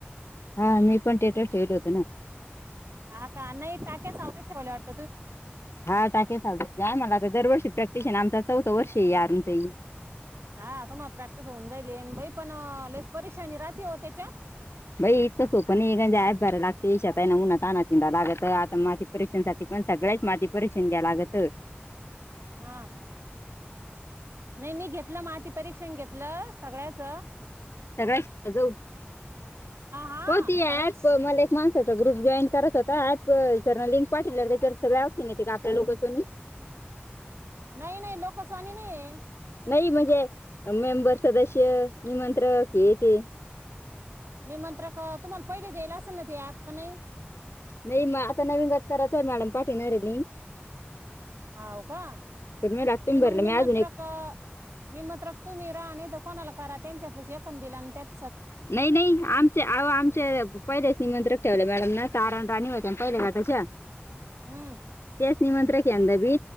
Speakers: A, on the left; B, on the right.
A: हा मी पण टेटस ठेवले होते.
B: हा का नाही टाक्या स <inaudible>
A: हा टाक्या स जाय मला दरवर्षी प्रॅक्टिस आह ना. आमचा चौथं वर्ष ये अरुणाताई.
B: हा तुम्हाला प्रॅक्टिस होऊन जाइलीना बाई पण अं, लयच परेशानी राहते हो त्याच्यात
A: बाई इतक सोपं नाही आहे गन्ज यॅप भरावी लागते शेतात काय नाही उन्हा तानात हिडावं लागतं. आता माती परीक्षणासाठी पण सगळ्याच माती परीक्षण घ्यावं लागतं.
B: हा नाही मी घेतलं माती परीक्षण घेतलं सगळ्याच
A: सगळचं
B: हा
A: होती
B: सगळ्याच
A: ऍप मला एक माणसाचा ग्रुप जॉईन करत होता. ऍप जरा लिंक पाठवल्यावर त्याच्या वर सगळं ऑपशन येते का? आपल्या लोकसनी
B: नाही नाही लोकसवानी नाहीय
A: नाही म्हणजे मेंबर, सदस्य निमंत्रक हे ते
B: निमंत्रक तुम्हाला पहिले दे्याल असेल ना ते ॲप का नायी?
A: नाही म आता नवीन गट करायचय मॅडम पाठी नाही राहिली?
B: हा ओ का नाही
A: मला तुम्ही
B: मग
A: भरलं
B: निमंत्रक-निमंत्रक
A: मी अजून एक
B: तुम्ही राहा आणि त कोणाला करा त्यांच्यातलं ऐकांदीला न आणि त्या
A: नाही-नाही आमचे आ आमचे पहिलेच निमंत्रक ठेवले गाईंना चारा पाणी होते <unintelligible>
B: हम्म!
A: चं निमंत्रक येंदा बी